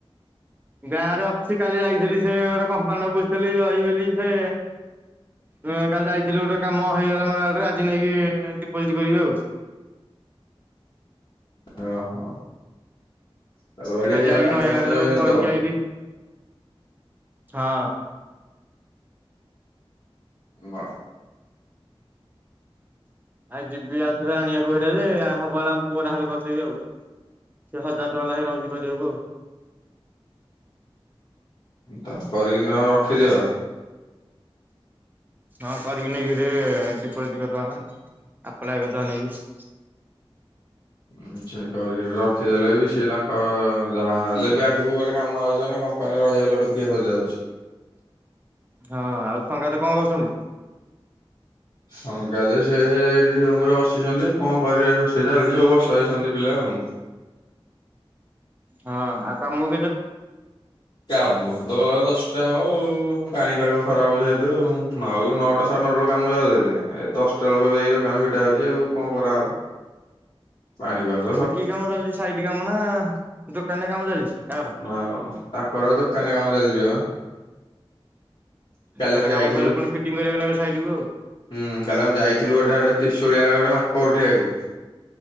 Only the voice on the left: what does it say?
ଓହୋ। ତାଲବାଡି
ହେଇଗଲା
ଗାଁ
କମ୍ପାନୀ
ଜଏନିଂ
କରିଦବ।
ହଁ।
ତ କରିକି ନ ହେଲେ ରଖି ଦିଅ।
ଆଚ୍ଛା କରି ରଖ। ସେ ଦେଲେ ବି ସିଏ ତାଙ୍କ ଯାହାହେଲେ ବି ଆଗକୁ ଗୋଟେ କାମ ଆଇଛି ନା କମ୍ପାନୀରେ ରହିଗଲାଠୁ କିଏ ପଚାରୁଛି?
ସଙ୍ଗାତ ସେ ସେଠି ରୁମ ରେ ବସିଛନ୍ତି। କଣ କରିବା ରୋଷେଇ ଚାଲିଛି ସବୁ ବସେଇଛନ୍ତି ପିଲା ଆଉ।
କାମକୁ ତ ଗଲାବେଳକୁ ଦଶଟା ହବ ଆଉ। ପାଣିପାଗ ଖରାପ ଯେହେତୁ ଆଉ। ଆଉ ନଅଟା ସାଢ଼େ ନଅଟା ବେଳକୁ କାମକୁ ଯାଉଥିଲି, ଏ ଦଶଟା ବେଳକୁ ଯାଇ ଦୋକାନ ଫିଟା ହଉଛି ଆଉ, କଣ କରା ହବ। ପାଣିିବାଉ
ହଁ ଆଉ ତାଙ୍କର ଦୋକାନରେ କାମ ଚାଲିଛି ମ।
ଆମେ ଯାଇଥିଲୁ
ହୁଁ, କାଲି ଆମେ ଯାଇଥିଲୁ ଗୋଟେ ଆଡେ ତ୍ରିଶୂଳିଆ ଆଡ଼େ ଗୋଟେ ମାପ ଉଠେଇବାକୁ